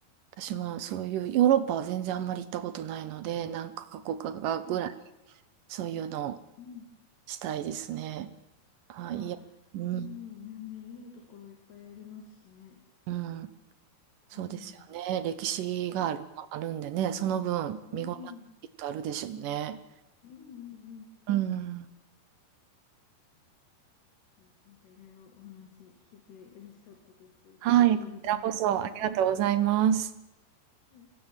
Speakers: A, on the right; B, on the left.
A: 私もそういう、ヨーロッパは全然あんまり行ったことないので、なんか過去かぐらい、
B: はい。
A: そういうのを
B: うん。
A: したいですね。あー、
B: まあ、
A: いや、うん、
B: うん。ね、見るところいっぱいありますしね。
A: うん。そうですよね。
B: うん。
A: 歴史がある、
B: うん。
A: まあるんでね、その分見応えきっとあるでしょうね。
B: うん。うんうんうん。
A: うん。
B: そういや、なんかいろいろお話聞けて嬉しかったです。
A: はい、
B: ありがとうございます。
A: こちらこそありがとうございます。
B: はい